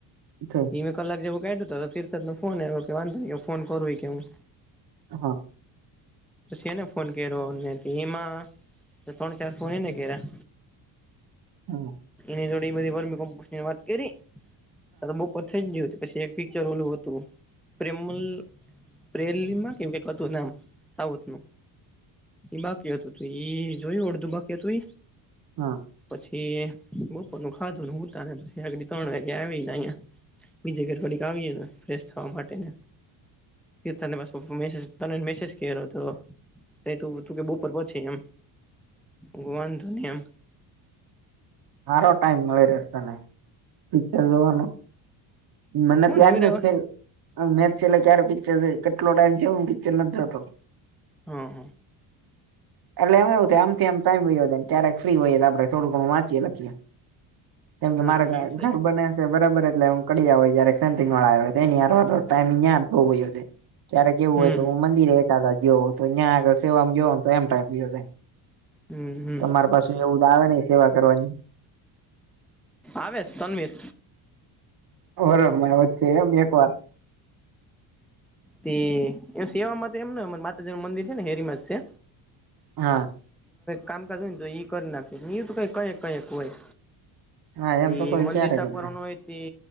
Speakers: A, on the right (about 50°); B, in the centre.
A: અચ્છા <inaudible>
B: ધીમે કલાક જેવું કાઢ્યું તો તીર્થરાજ નો ફોન એ કે વાંધ ન ફો કરવું હો કે હું
A: હા.
B: પછી એને ફોન કર્યો અને એમાં તો તણ ચાર ફોન નને કર્યાં
A: હમ્મ
B: જો <unintelligible> વાત કરી ત તો બપર થઈ જ ગયું પછી એક પિક્ચર ઓલું હતું પ્રેમમલ પ્રેમલીલા માં કેવું ક હતું નામ. સાઉથ નું બાકી હતું તું જોયું અડધું બાકી હતું
A: હા.
B: પછી બપોર નું ખાધું ને પછી સૂતા ત્રણ વાગ્યા આવી અહીંયા બીજે ઘર ધડીક આવીએ ને ફેશ થવા માટેને તી તને પ્પ મેસેજ તને મેસેજ કર્યો હતો ત ત તું કે બપોર પહોંચી એમ ગોવાન ધનમ.
A: સારો ટાઈમ મળી રહેશે તને પિક્ચર જોવાનું. મને
B: હું
A: તો
B: નેવી
A: યાદ ને
B: રાવ
A: છે. મેચ છેલ્લે ક્યારે પિક્ચર છે કેટલો ટાઈમ છે એ હું પિક્ચર નથી જોતો.
B: હમ્મ
A: એટલેમ એવું થ આમ આમા ટાઈમ વયો જાય ક્યારેક ફ્રી હોઈએ તો આપડે થડું ધણું વાચીએ. કેમ કે
B: હા
A: મારા
B: ઈ છે
A: ઘર બને. બરાબર એટલે હું કડી હોય જય સેટીગ વાડો આવે હોય એની ટાઈમિંગ યા વ્યો જાય ત્યારે કેવું
B: હમ
A: હોય તો હું મંદિરે એકાદાવાર ગયો હોય તો ત્યાં આગળ સેવા મા ગયો હો તો એમ ટાઈમ વીયો જાય.
B: હમ હમ
A: તમારે પાસુ એવું આવે નહી સેવા કરવાની.
B: આવે તનવીર.
A: હરહ ની વચ્ચે એમ એક વાર.
B: તે એ સેવામાં તો એમ અમા માતાજી નું મંદિર છે ને હેરી મા છે.
A: હા
B: કામકાજ હોય તો એઈ કરી નાખે એ કઈ કક કઈક હોય.
A: હા એમ
B: તે
A: તો કોઈ
B: મંદિર
A: ક્યારે
B: સાફ
A: કર્યું
B: કરવાનું હોય તી.